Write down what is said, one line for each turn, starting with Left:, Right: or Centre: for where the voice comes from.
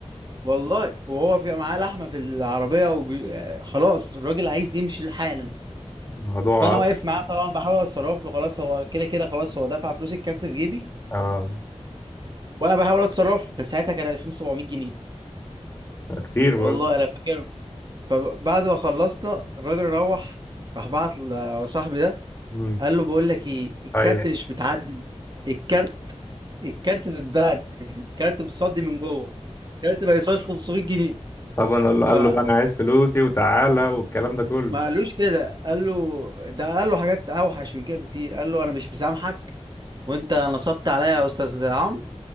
Right: والله وهو في معاه لحمه في العربيه وبي... آه، خلاص الراجل عايز يمشي حالا
Left: الموضوع
Right: فانا واقف معاه طبعا بحاول اتصرف له خلاص هو كده كده خلاص هو دفع فلوس الكارت في جيبي
Left: اه
Right: وانا بحاول اتصرف له. كان ساعتها كان 2700 جنيه
Left: كتير برضه
Right: والله انا فاكر فبعد ما خلصنا الراجل روح راح بعت لصاحبي ده
Left: مم.
Right: قال له بقول لك ايه الكارت
Left: ايوه
Right: مش متعدل الكارت الكارت متبهدل الكارت متصدي من جوه الكارت ما يسواش 500 جنيه
Left: طبعا قال له قال
Right: فما
Left: له بقى انا عايز فلوسي وتعالى والكلام ده كله
Right: قالوش كده قال له ده قال له حاجات اوحش من كده بكتير قال له انا مش مسامحك وانت نصبت عليا يا استاذ عمرو